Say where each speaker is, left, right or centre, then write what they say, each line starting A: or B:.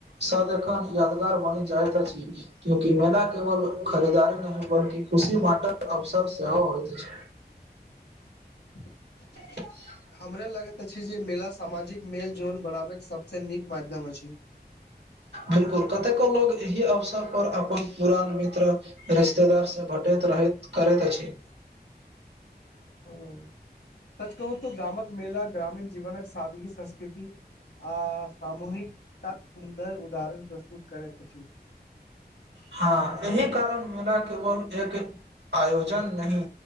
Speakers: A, on the right; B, on the left.
A: सदखन यादगार बनी जाइत अछि क्यूंकि मेला केवल खरीदारी नहि बल्कि खुशी बांटक अवसर सेहो होइत अछि
B: <unintelligible>
A: <unintelligible>
B: हमरा लगैत अछि जे मेला सामाजिक मेल जोल बढ़ाबैके सबस नीक माध्यम अछि <unintelligible>
A: बिल्कुल कतेको लोग एहि अवसर पर अपन पुरान मित्र रिश्तेदार से भेटैत रहे करैत अछि
B: ह सच कहू त गामक मेला ग्रामीण जीवनक सादगी संस्कृति आ सामूहिक एकता सुन्दर उदाहरण प्रस्तुत करैत अछि
A: हँ एहि कारण मेला केवल एक आयोजन नहीं